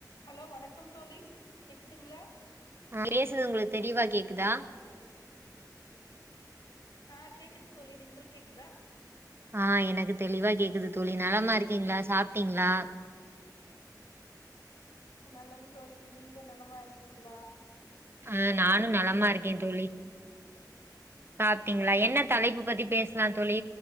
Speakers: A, on the left; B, on the right.
A: hello வணக்கம் தோழி கேக்குதுங்களா
B: நா பேசுறது உங்களுக்கு தெளிவா கேக்குதா
A: ஆஹ் கேக்குது தோழி நீ உங்களுக்கு கேக்குதா
B: ஆஹ் எனக்கு தெளிவா கேக்குது தோழி நலமா இருக்கீங்களா சாப்ட்டீங்களா
A: நலம் தோழி நீங்க நலமா இருக்கீங்ளா
B: ஆஹ் நானு நலமா இருக்கே தோழி சாப்ட்டீங்களா என்ன தலைப்பு பத்தி பேசலா தோழி